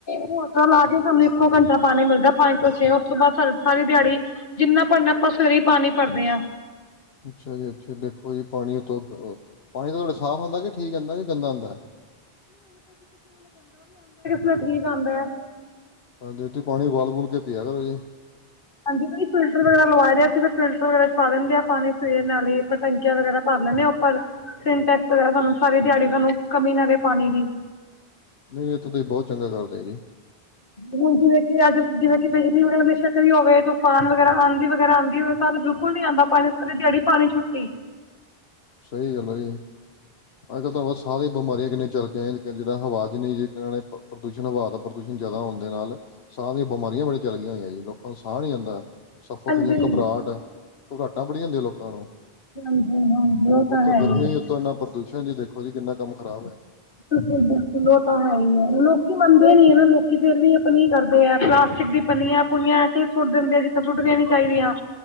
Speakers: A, on the left; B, on the left.
A: ਮੌਟਰਾ ਲਾ ਕੇ ਸਾਨੂੰ ਇੱਕੋ ਘੰਟਾ ਪਾਣੀ ਮਿਲਦਾ ਪੰਜ ਤੋਂ ਛੇ ਉਸ ਤੋਂ ਬਾਅਦ ਸ ਸਾਰੀ ਦਿਹਾੜੀ ਜਿੰਨਾ ਭਰਨਾ ਆਪਾਂ ਸਵੇਰੇ ਈ ਪਾਣੀ ਭਰਦੇ ਹਾਂ
B: ਅੱਛਾ ਜੀ, ਅੱਛਾ ਜੀ ਦੇਖੋ ਇਹ ਪਾਣੀ ਦੁੱਧ ਅ ਪਾਣੀ ਤਾਂ ਤੁਹਾਡਾ ਸਾਫ਼ ਆਂਦਾ, ਕਿ ਠੀਕ ਆਂਦਾ, ਕਿ ਗੰਦਾ ਹੁੰਦਾ ਹੈ
A: ਲੈ ਠੀਕ ਆਂਹਦਾ ਹੈ
B: ਹ ਦੇਤੀ ਪਾਣੀ ਬਾਲ ਬੂਲ ਕੇ ਪੀਆ ਕਰੋ ਜੀ
A: ਹਾਂਜੀ ਨਹੀਂ ਫਿਲਟਰ ਵਾਰਾ ਲਵਾ ਲਿਆ ਸੀ ਫਿਲਟਰ ਵਗੈਰਾ ਚ ਪਾ ਦਿੰਦੇਆ ਪਾਣੀ, ਸਵੇਰ ਨਾਲ ਈਪਰ ਟੈਂਕੀਆਂ ਵਗੈਰਾ ਪਾ ਲੈਂ <inaudible> ਦੇ ਉੱਪਰ। ਸਿੰਟੈਕਸ ਵਗੇਰਾ ਸਾਨੂੰ ਸਾਰੀ ਦਿਹਾੜੀ ਸਾਨੂੰ ਕਮੀ ਨਾ ਰਹੇ ਪਾਣੀ ਦੀ
B: ਨਹੀਂ, ਇਹ ਤਾਂ ਤੁਸੀ ਬਹੁਤ ਚੰਗਾ ਕਰਦੇ ਜੇ
A: ਹੁਣ ਜਿਵੇਂ ਕਿ ਅੱਜ। ਜਿਵੇਂ ਕਿ ਬਿਜਲੀ ਉਰੇ ਹਮੇਸ਼ਾ ਗਈ ਦੀ ਹੋਵੇ ਤੂਫਾਨ ਵਗੈਰਾ ਆਂਧੀ ਵਗੈਰਾ ਆਉਂਦੀ ਹੋਵੇ ਤਾਂ ਤਾਂ ਬਿਲਕੁਲ ਨੀ ਆਉਂਦਾ ਪਾਣੀ ਸਾਰੀ ਦਿਹਾੜੀ ਪਾਣੀ ਛੁੱਟੀ
B: ਸਹੀ ਗੱਲ ਆ ਜੀ। ਅੱਜ ਕੱਲ ਤਾਂ ਬਸ ਸਾਹ ਦੀ ਬਿਮਾਰੀ ਕਿੰਨੀ ਚੱਲ ਪਿਆ ਜਿਹੜਾ ਹਵਾ ਚ ਨ ਜੇ ਪ੍ਰਦੂਸ਼ਣ ਹਵਾ ਦਾ ਪ੍ਰਦੂਸ਼ਣ ਜ਼ਿਆਦਾ ਆਣ ਦੇ ਨਾਲ। ਸਾਹ ਦਿਆਂ ਬਿਮਾਰੀਆਂ ਬੜੀਆਂ ਚਲ ਗਈ ਹੋਈਆਂ ਜੀ ਲੋਕ ਸਾਹ ਨੀ ਹੀ ਆਉਦਾ ਸਫੋਗੇਸ਼ਨ
A: ਹਾਂਜੀ
B: ਘਬਰਾਹਟ, ਘਬਰਾਹਟਾਂ ਬੜੀਆਂ ਹੁੰਦੀਆਂ ਲੋਕਾਂ ਨੂੰ।
A: ਹਾਂਜੀ। ਹਾਂਜੀ ਉਹ ਤਾਂ
B: ਉਤੋਂ
A: ਹੈ
B: ਗਰਮੀ
A: ਹੀ ਹੈ
B: ਉਤੋਂ ਇੰਨਾ ਪ੍ਰਦੂਸ਼ਣ ਜੀ ਦੇਖੋ ਜੀ ਕਿੰਨਾ ਕੰਮ ਖਰਾਬ ਹੈ।
A: ਬਿਲਕੁਲ-ਬਿਲਕੁਲ ਉਹ ਤਾਂ ਹੈ ਹੀ ਹੈ। ਲੋਕੀ ਮੰਨਦੇ ਨੀ ਐ ਨਾ ਲੋਕੀ ਫੇਰ ਵੀ ਆਪਣੀ ਕਰਦੇ ਹੈ। ਘਰ ਚ ਦੀ ਪਨੀਆਂ ਪੁੁੰਨੀਆਂ ਇਥੇ ਈ ਸੁੱਟ ਦਿੰਦੇ ਆ, ਜਿੱਥੇ ਸੁੱਟਣੀਆਂ ਨੀ ਚਾਹੀਦੀਆਂ